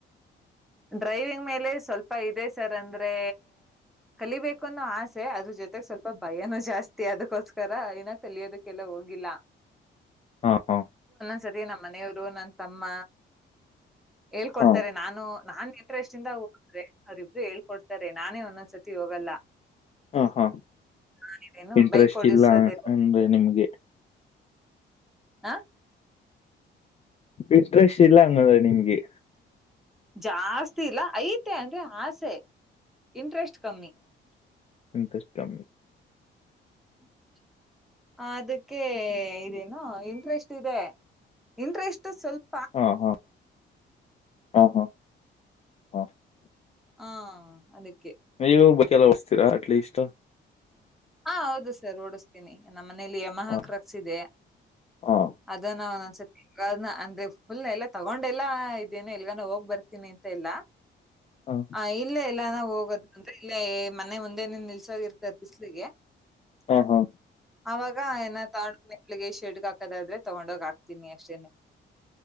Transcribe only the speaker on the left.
ಹು ಹು.
ಹಾ
ಹ ಹಾ
ಇಂಟ್ರೆಸ್ಟ್
ಇಲ್ಲ ಅಂದ್ರೆ ನಿಮ್ಗೆ.
ಇಂಟ್ರೇಷ್ಟ್ ಇಲ್ಲ ಹಂಗಂದ್ರ ನಿನ್ಗೆ
ಎಂತಷ್ಟ ಕಮ್ಮಿ <unintelligible>
ಹಾ ಹಾ ಹಾ ಹಾ ಹಾ
ಆಯ್ಯೋ ಬೂಕೆಲ್ಲ ಒಸತೀರಾ ಅಟ್ ಲೀಸ್
ಹಾ
ಹಾ
ಹಾ
ಹಾ ಹಾ